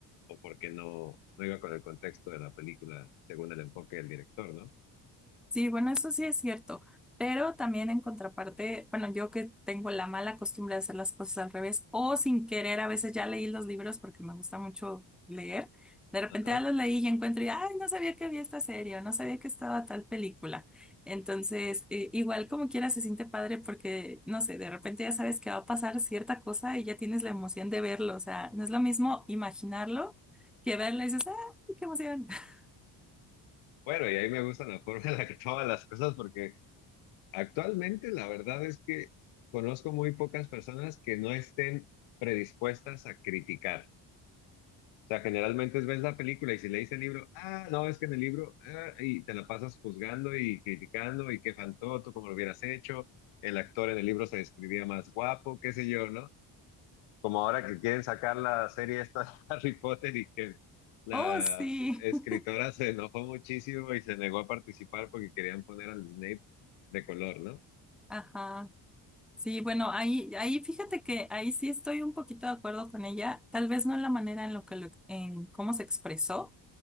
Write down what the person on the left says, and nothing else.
o porque no, no iba con el contexto de la película según el enfoque del director, ¿no?
Ajá.
Bueno, y ahí me gusta la forma en la que toman las cosas porque actualmente la verdad es que conozco muy pocas personas que no estén predispuestas a criticar. O sea, generalmente ves la película y si lees el libro, ah, no, es que en el libro, ah, y te la pasas juzgando y criticando y qué faltó, tú cómo lo hubieras hecho, el actor en el libro se describía más guapo, qué sé yo, ¿no? Como ahora que quieren sacar la serie esta de <laughs> Harry Potter y que la
escritora
se enojó muchísimo y se negó a participar porque querían poner al Snape de color, ¿no?